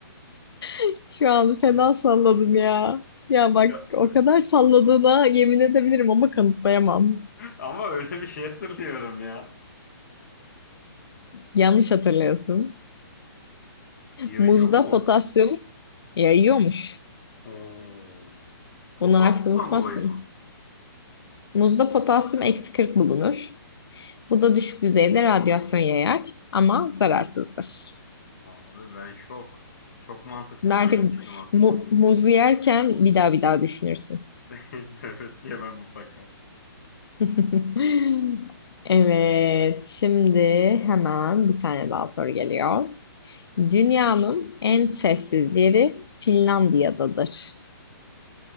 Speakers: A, on the left; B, on the left.
A: <laughs> Şu an
B: <laughs>
A: fena salladım ya. Ya bak
B: Ya,
A: o kadar salladığına yemin edebilirim ama kanıtlayamam.
B: ama öyle bir şey hatırlıyorum ya.
A: Yanlış hatırlıyorsun.
B: Yayıyor
A: Muzda
B: mu?
A: potasyum yayıyormuş.
B: Oo, potasyumdan
A: Bunu artık unutmazsın.
B: dolayı mı?
A: Muzda potasyum eksi 40 bulunur. Bu da düşük düzeyde radyasyon yayar ama zararsızdır.
B: Abi ben şok. Çok mantıklı
A: Şimdi
B: söylemiştim
A: artık
B: aslında
A: mu-
B: bunu.
A: muzu yerken bir daha bir daha düşünürsün.
B: <laughs> Evet yemem mutlaka.
A: <laughs> Evet, şimdi hemen bir tane daha soru geliyor. Dünyanın en sessiz yeri Finlandiya'dadır.